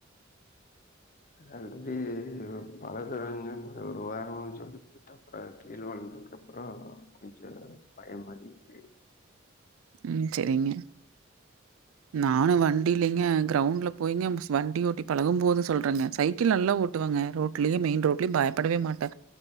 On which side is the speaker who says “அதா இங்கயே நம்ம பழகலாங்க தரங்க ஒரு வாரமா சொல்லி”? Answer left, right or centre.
Left